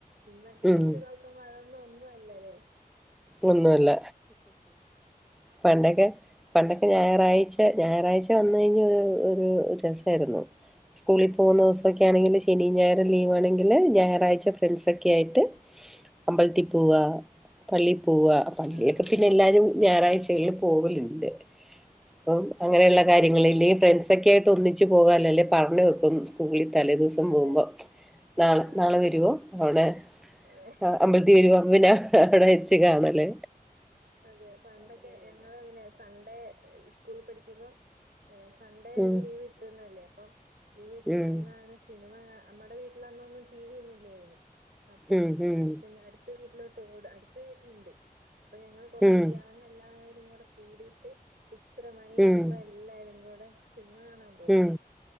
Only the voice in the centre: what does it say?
ഉം
ഒന്നുമല്ല പണ്ടൊക്കെ പണ്ടൊക്കെ ഞായറാഴ്ച്ച ഞായറാഴ്ച്ച വന്ന്‌ കഴിഞ്ഞ ഒരു രസായിരുന്നു സ്കൂളി പോവുന്ന ദ്‌വ്‌സൊക്കെ ആണെങ്കില് ശെനിം ഞായറും ലീവാണെങ്കില് ഞാ റാഴ്ച്ച ഫ്രണ്ട്സൊക്കെ ആയിട്ട് അമ്പൽത്തിപ്പാേവാ പള്ളീപ്പാേവാ പള്ളിയിലൊക്കെ
പിന്നെ
എല്ലാരും ഞാറാഴ്ച്ചകളില് പോവല്ണ്ട് അപ്പം അങ്ങനെയ്ള്ള കാര്യങ്ങളില് ഫ്രണ്ട്സൊക്കേയ്ട്ട് ഒന്നിച്ച് പോകാലല്ലേ പർഞ്ഞ് വെക്കും സ്കൂളി തലേ ദ്‌വ്സം
പോകുമ്പം നാളെ
നാളെ വര്വോ അവ്ടെ
ആഹ് അമ്പൽ ത്തി വരു അന്ന് ഞാ അവ്ടെ വെച്ച് കാണല്
ഉം
ഉം
ഉം ഉം
ഉം
ഉം
ഉം